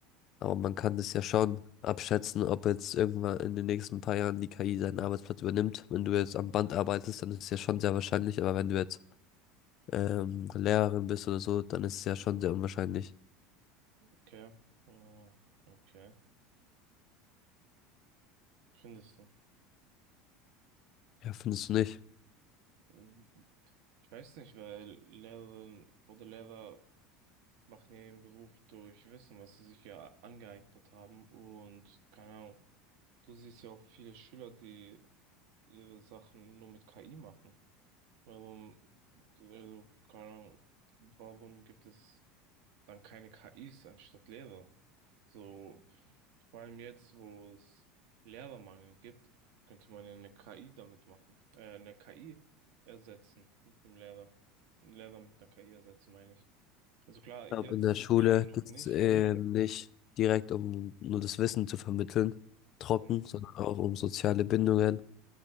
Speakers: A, on the left; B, on the right.
A: Aber man kann das ja schon abschätzen, ob jetzt irgendwann in den nächsten paar Jahren die KI seinen Arbeitsplatz übernimmt. Wenn du jetzt am Band arbeitest, dann ist es ja schon sehr wahrscheinlich. Aber wenn du jetzt ähm, Lehrerin bist oder so, dann ist es ja schon sehr unwahrscheinlich.
B: okay. Ah, okay. Findest du?
A: Ja, findest du nicht? Ich
B: Mhm. Ich weiß nicht, weil Lehrerinnen oder Lehrer machen ja ihren Beruf durch Wissen, was sie sich ja angeeignet haben und keine Ahnung. Du siehst ja auch viele Schüler, die ihre Sachen nur mit KI machen? Warum, also, keine Ahnung, warum gibt es dann keine KIs anstatt Lehrer? So, vor allem jetzt, wo es Lehrermangel gibt, könnte man ja eine KI damit machen, äh, eine KI ersetzen mit dem Lehrer. Einen Lehrer mit einer KI ersetzen, meine ich. Also klar,
A: glaube,
B: jetzt
A: in der Schule
B: eher noch
A: geht
B: nicht,
A: es ähm,
B: aber
A: nicht direkt um nur das Wissen zu vermitteln, trocken,
B: ne.
A: sondern auch um soziale Bindungen